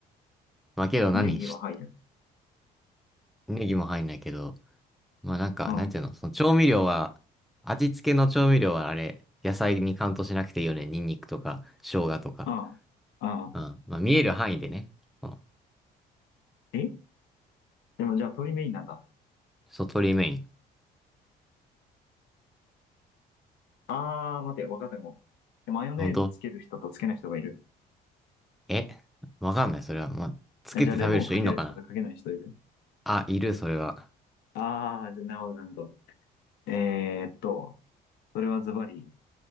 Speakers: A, in the centre; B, on the left.
A: まあけど何し、
B: ネギは入る。
A: ネギも入んないけど。まあなんか、
B: うん。
A: なんていうの、その調味料は、味付けの調味料はあれ、野菜にカウントしなくていいよね。ニンニクとか、生姜とか。
B: ああ。ああ。
A: うん。まあ見える範囲でね。その、
B: えでもじゃあ鶏メインなんだ。
A: そう、鶏メイン。
B: あー、待て、わかったかもマヨネーズつける人とつけない人がいる。
A: 本当えわかんない、それは。まあ、つけて食べる人いんのかな
B: えじゃあレモンかける人とかけない人いる。
A: あ、いる、それは。
B: ああー、じゃあなるほど、なるほど。えーっと、それはズバリ、